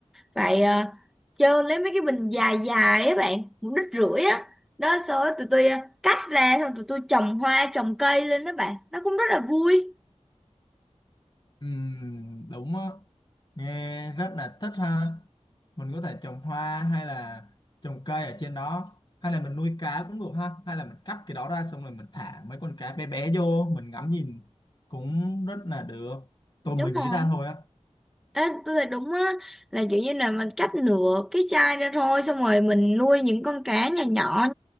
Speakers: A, in the centre; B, on the left.
A: phải ờ, chơi lấy mấy cái bình dài dài á bạn một đít rưỡi á đó xong rồi tụi tôi ờ, cắt ra xong tụi tôi trồng hoa trồng cây lên đó bạn nó cũng rất là vui
B: Ừm, đúng á nghe rất là thích ha mình có thể trồng hoa hay là trồng cây ở trên đó hay là mình nuôi cá cũng được ha hay là mình cắt cái đó ra xong rồi mình thả mấy con cá bé bé vô mình ngắm nhìn cũng rất là được tôi
A: đúng
B: mới nghĩ
A: rồi
B: ra thôi á
A: Ê, tôi thấy đúng á là kiểu như là mình cắt nửa cái chai ra thôi xong rồi mình nuôi những con cá nhỏ nhỏ